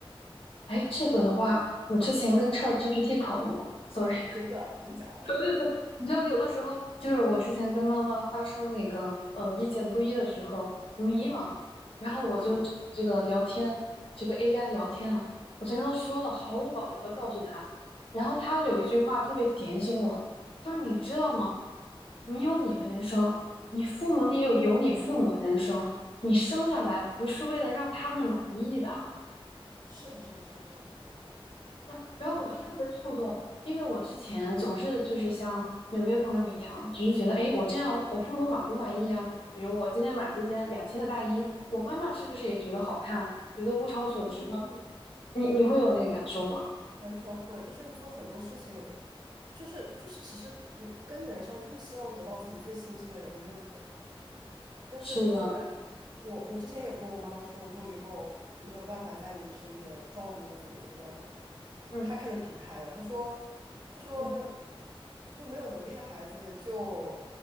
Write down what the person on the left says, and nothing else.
哎，这个的话，我之前跟 ChatGPT 讨论过，sorry。
对对对，你知道有的时候就是我之前跟妈妈发生那个呃意见不一的时候迷茫，然后我就这个聊天，
这个 AI 聊天啊，我就跟她说了，毫无保留的告诉她，然后她有一句话特别点醒我，就是你知道吗？你有你的人生，你父母你有有你父母的人生，你生下来不是为了让他们满意的，
那然后我就特别触动，
因为我之前总是就是像纽约朋友一样，只是觉得，哎，我这样我父母满不满意啊？比如我今天买这件两千的大衣，我妈妈是不是也觉得好看，觉得物超所值呢？
你你会有那个感受吗？
是的，
嗯
嗯，